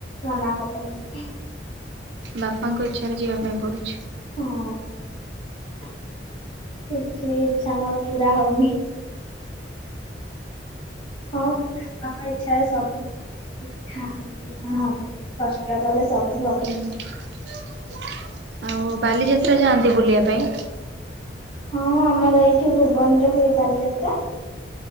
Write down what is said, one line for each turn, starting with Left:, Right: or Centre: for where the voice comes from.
Left: ମନା କରୁଚନ୍ତି।
Right: ବାପାଙ୍କ ଇଚ୍ଛାରେ ଯିବା ପାଇଁ ପଡ଼ୁଛି।
Left: ହୁଁ କିଛି ଇଚ୍ଛା ମୋର ପୁରା ହଉନି। ହଁ <unintelligible> ଇଚ୍ଛା ରେ ସବୁ। ହଁ <unintelligible> ହଁ କଷ୍ଟ କଲେ ସବୁ ହବ।
Right: <inaudible> ଆଉ ବାଲିଯାତ୍ରା ଯାଆନ୍ତି ବୁଲିବା ପାଇଁ?
Left: ହଁ ଆମର ଏଇଠି ଭୁବନ ରେ ହୁଏ ବାଲିଯାତ୍ରା।